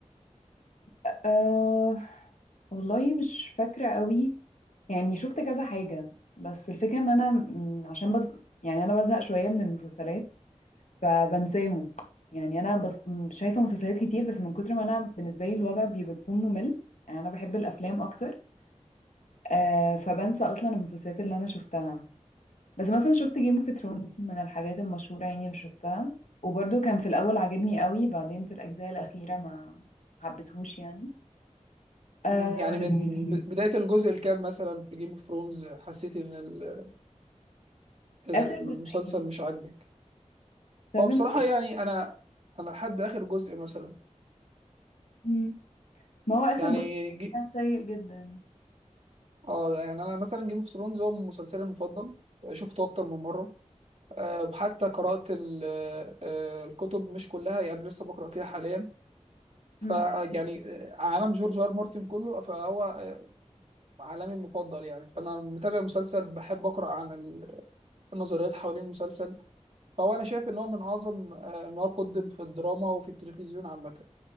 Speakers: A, on the left; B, on the right.
A: آه، والله مش فاكرة قوي يعني شفت كذا حاجة بس الفكرة ان انا م- عشان بس يعني انا بزهق شوية من المسلسلات فبنساهم يعني انا بس م- شايفة مسلسلات كتير بس من كتر ما انا بالنسبة لي الوضع بيبقى بيكون ممل يعني انا بحب الافلام اكتر آه فبنسى اصلا المسلسلات اللي انا شفتها بس مثلا شفت جيم اوف ثرونز من الحاجات المشهورة يعني اللي شفتها وبرده كان في الاول عاجبني قوي بعدين في الاجزاء الاخيرة ما حبيتهوش يعني آه
B: يعني
A: <laughs>
B: من ب- بدايه الجزء الكام مثلا في جيم اوف ثرونز حسيتي ان ال- المسلسل
A: اخر جزئين
B: مش عاجبك
A: سفن
B: هو بصراحه
A: ايه
B: يعني انا انا لحد اخر جزء مثلا
A: مم. ما هو آخر
B: يعني
A: جزء كان
B: جي...
A: كان سيء جدا
B: اه يعني انا مثلا جيم اوف ثرونز هو مسلسلي المفضل شفته اكتر من مره أه حتى قرات ال... آه، الكتب مش كلها يعني لسه بقرا فيها حاليا فيعني
A: مم.
B: آه، عالم جورج ار مارتن كله فهو آه، عالمي المفضل يعني فانا متابع مسلسل بحب اقرا عن ال- النظريات حوالين المسلسل فهو انا شايف ان هو من اعظم آه، ما قدم في الدراما وفي التلفزيون عامه